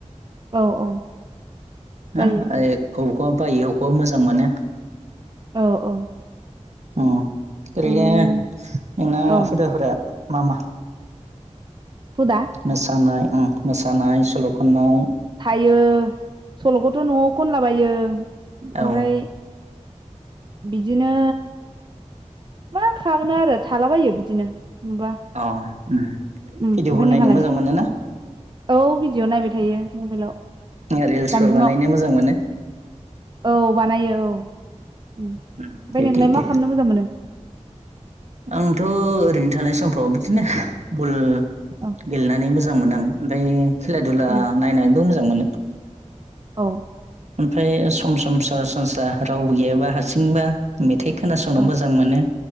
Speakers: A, on the right (about 40°); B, on the right (about 65°).
A: औ औ
B: हा
A: जायो
B: ओ बबेखौबा बायो बबेखौबा मोजां मोनो
A: औ औ
B: उम ओरैनो
A: उम
B: नोंना
A: औ
B: हुदाफोरा मा मा
A: हुदा
B: मोसानाय उम मोसानाय सल खननाय
A: ओ सलखौथ नआव खनलाबायो ओमफ्राय
B: औ
A: बिदिनो मा खालामनो आरो थालाबायो बिदिनो होनबा
B: अ उम
A: ओमफाय
B: भिडिअफोर
A: नोंहालाय
B: नायनो मोजां मोनो ना
A: औ भिडिअ नायबाय थायो मबाइलाव
B: रिल्सफोर
A: जानबुंआव
B: बानायनो मोजां मोनो
A: औ बानायो औ ओमफ्राय
B: उम दे
A: नोंलाय
B: दे दे
A: मा खालामनो मोजां मोनो
B: आंथ'ओ ओरैनो थानाय समफ्राव बिदिनो बल
A: औ
B: गेलेनानै मोजां मोनो आं ओमफाय खेला दधुला
A: उम
B: नायनानैबो मोजां मोनो
A: औ
B: ओमफ्राय सम सम सरासनस्रा रावबो गैयाबा हारसिंबा मेथाइ खोनासंनो
A: औ
B: मोजां मोनो